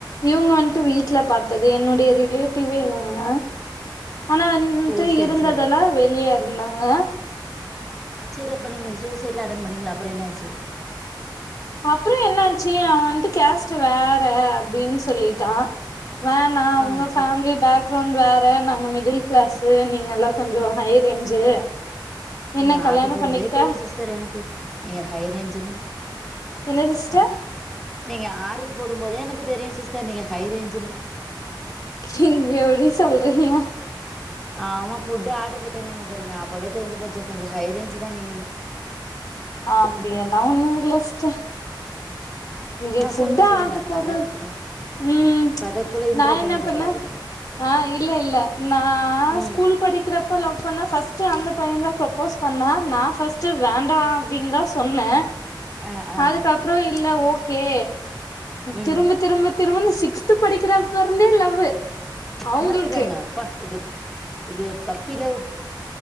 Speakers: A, on the left (about 45°); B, in the centre.
A: இவுங்க வந்ட்டு வீட்ல பாத்தது என்னுடைய ரி ரிலேட்டிவே இவுங்க ஆனா வந்ட்டு
B: ஓ செரி
A: இருந்ததெல்லா
B: செரி
A: வெளிய இருந்தாங்க
B: செரி அப்ப நீங்க சூசைட்லா அட்டன் பண்ணீங்கல அப்புறோ என்னாச்சு
A: அப்புறோ என்னாச்சு அவ வந்ட்டு கேஸ்ட் வேற அப்டின்னு சொல்லிட்டா வேணா
B: ஆ
A: உங்க ஃபேமிலி
B: செ
A: பேக் க்ரவுண்ட் வேற நாங்க மிடில் கிளாஸ்ஸு நீங்கெல்லா கொஞ்சோ ஹை ரேஞ்சு
B: நீங்க
A: என்ன கல்யாணோ
B: ஆர்டரு போடும்போதே
A: பண்ணிக்கிட்டா
B: தெரியு சிஸ்டர் எனக்கு நீங்க ஹை ரேஞ்சுன்னு
A: என்னது சிஸ்டர்
B: நீங்க ஆர்டர் போடும்போதே எனக்கு தெரியு சிஸ் டர் நீங்க ஹை ரேஞ்சுன்னு
A: நீங்க எப்டி சொல்றீங்க
B: ஆமா ஃபுட்டு் ஆர்டரு போட்டேனீங்க பாருங்க அப்பவே தெரிஞ்சு போச்சு கொஞ்சோ ஹை ரேஞ்ச்சுதா நீங்கனு
A: ஆப்பிடியெல்லா ஒன்னு இல்ல சிஸ்டர் இங்க
B: ஆ
A: ஃபுட்டு
B: சொல்லுங்க சொல்லுங்க
A: ஆர்டர் போடுறது
B: கதக்குள்ள
A: ம்
B: கதக்குள்ள இன்ட்ரோ
A: நா என்ன
B: பண்ணிரக்
A: பண்ண
B: கூடாது நம்ப
A: ஆ இல்ல இல்ல நா
B: ம்
A: ஸ்கூல் படிக்கிறப்ப லவ் பண்ண ஃபஸ்ட்டு அந்த பையன்தா ப்ரோப் ப்போஸ் பண்ணா நா ஃபஸ்ட்டு வேண்டா அப்டின்தா சொன்ன
B: ஆ ஆ
A: அதுக்கப்றோ இல்ல ஓகே
B: ம்
A: திரும்ப திரும்ப திரும்பனு சிக்ஸ்து படிக்கிறப்பருந்தே லவ்வு அவங்களுக்கு
B: பாத்துக்கங்க அப்பா இது இது பப்பிலவ்